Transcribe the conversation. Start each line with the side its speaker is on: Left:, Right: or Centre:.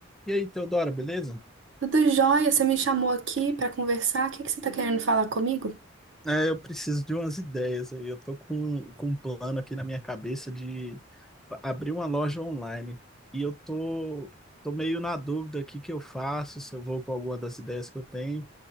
Centre: E aí, Teodora, beleza?
Right: Tudo jóia, você me chamou aqui para conversar. O que que você está querendo falar comigo?
Centre: É, eu preciso de umas ideias aí. Eu tô com, com um plano aqui na minha cabeça de fa- abrir uma loja online. E eu tô, tô meio na dúvida aqui que eu faço, se eu vou com alguma das ideias que eu tenho.